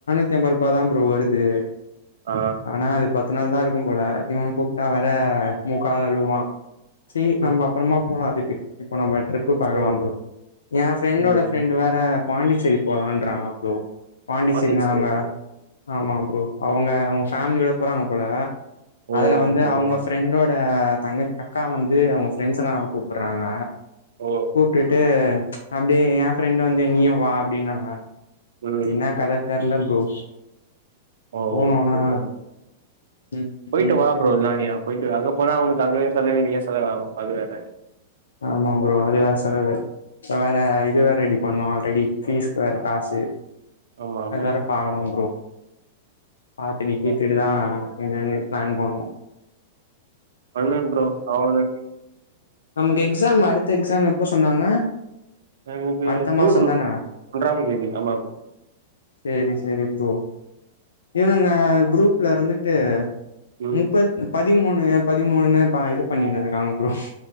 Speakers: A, on the left; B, on the right.
A: த்தம் பருப்பாதா ப்ரோ வருது
B: ஆ
A: ஆனா அது பத்து நாள் தா இருக்கும் போல இவ கூப்ட்டா வேற மூக்கால அழுவா சேரி நம்ப
B: ம்
A: அப்பறமா போலா அதுக்கு இப்ப நம்ப ட்ரிப்பு
B: ம்
A: பாக்கலா
B: சேரிங்க
A: ப்ரோ ஏ ஃப்ரெண்டோட
B: சேரிங்க
A: ஃப்ரெண்டு
B: ப்ரோ
A: வேற பாண்டிச்சேரி போலான்றாங்க ப்ரோ பாண்டிச்சேரி
B: பாண்டிச்சேரியா
A: நா அவ ஆமா ப்ரோ அவ்ங்க அவ்ங்க ஃபேமிலியோட போறாங்க போல
B: ஓ
A: அதுல வந்து
B: ஓகே
A: அவ்ங்க
B: ப்ரோ
A: ஃப்ரெண்டோட தங்க அக்கா வந்து அவ்ங்க ஃப்ரெண்ட்ஸெல்லா கூப்புர்றாங்க
B: ஓ
A: கூப்ட்டுட் ட்டு அப்டியே ஏ ஃப்ரெண்டு் வந்து நீயு வா அப்டின்னாங்க
B: ம்
A: தீங்னா கட தெர்ல ப்ரோ
B: ஓ
A: போனோனா
B: சூப்பர்
A: ம்
B: போய்ட்டு
A: ம்
B: வா ப்ரோ இல்னா நீ அங் போய்ட்டு அங்க போனா ஒனுக்கு அங்கய் செலவு இங்கியு செலவு <unintelligible>
A: ஆமா ப்ரோ அது வேற செலவு இப்ப வேற இது வேற ரெடி பண்ணு ஆல்ரெடி ஃபீஸ்க் வேற காசு
B: ஆமா
A: அது வேற பாக்கணும் ப்ரோ பாத்துட்டு
B: ஆமா
A: கீத்துட்டுதா என்னனு ப்ளான் பண்ணு
B: பண்ணு ப்ரோ அவனு
A: நமக்கு எக்ஸாம் அடுத்த எக்ஸாம் எப்போ சொன்னாங்க
B: <unintelligible>
A: அடுத்த
B: ஜூன்
A: மாசம் தான
B: ஒன்றாம் தேதி ஆமா
A: சேரி சேரி ப்ரோ இவனுங்க க்ரூப்ல இருந்துட்டு
B: ம்
A: முப்பத் பதிமூணு பதிமூணுனு ப இது பண்ணினுருக்காங்க ப்ரோ